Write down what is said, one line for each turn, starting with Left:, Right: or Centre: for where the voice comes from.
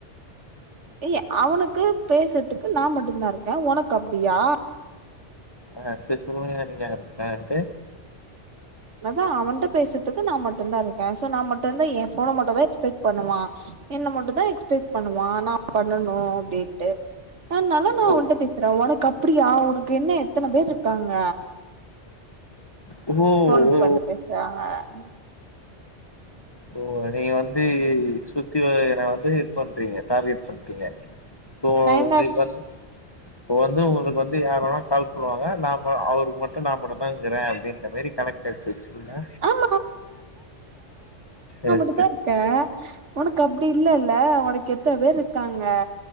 Right: ஏய்ய அவனுக்கு பேசுற்துக்கு நா மட்டுன்தா இருக்கே உனக் அப்டியா
Left: ஆ சிசுன்மிய நீங் யாரு கன்ட்டு
Right: நதா அவன்ட்ட பேசுத்துக்கு நா மட்டுன்தா ருக்கேன் சோ நா மட்டுன்தய்யெ என் ஃபோன மட்டுவெ க்ஸ்பெட் பண்ணுவா என்ன மட்டுதா எக்ஸ்பெக் பண்ணுவா நா பண்ணனு அப்டின்ட்டு அனால நா
Left: ஓ
Right: உன்ட்ட பேசுறா உனக் கப்டியா உனக்கு என்ன எத்தன பேர் ருக்காங்க
Left: ஓ
Right: ஃபோன்
Left: ஓ
Right: பண்ட்டு பேசுறாங்க ம்
Left: ஓ நீங்க வந்தெய் இய் இய் சுத்தி வய்ற வந்து இது பண்றீங்க டார்கெட் பண்ட்டிங்க தோ
Right: நா என்ன
Left: வெ வந்து பொவந்து உனக் வந்து யாரல்லா கால் பண்ணுவாங்க நாம் மா அவருக்கு மட்டு நா மட்டுதா இக்குறே அப்படின்ற மாரி கனக்டட் ஸ்விச்சுன்னா
Right: ஆமா
Left: அ
Right: இன்தா இருக்கே உனக்கு அப்டி இல்லல்ல உனக்கு எத்தன பேர் இருக்காங்க